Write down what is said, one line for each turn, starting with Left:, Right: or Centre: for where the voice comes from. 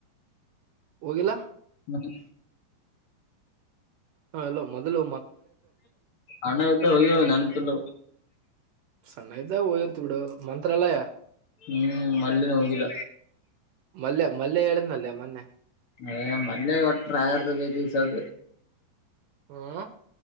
Right: ಹೋಗಿಲ್ಲಾ
Left: ಮ <inaudible>
Right: ಹ ಹಲೋ ಮೊದುಲು
Left: ಅಣ್ಣ‌ಅಂತ ಹೋಗಿವೆ ನೆನಪಿಲ್ಲ
Right: ಸಣ್ಣ ಇದ್ದಗ ಓದಿರ್ತಿ ಬಿಡು ಮಂತ್ರಾಲಯ
Left: ಹ್ಮ್ ಮಲ್ಲಿ ಹೋಗಿಲ್ಲ
Right: ಮಲ್ಲೆ ಮಲ್ಲೆ ಹೇಳಿದ್ನಲ್ಲೆ ಮೊನ್ನೆ
Left: ಏ ಮನೆ ಒಟ್ಟ್ರ ಆಯರ್ದು ಬೇಕ ಈ ಸಬ
Right: ಹಾ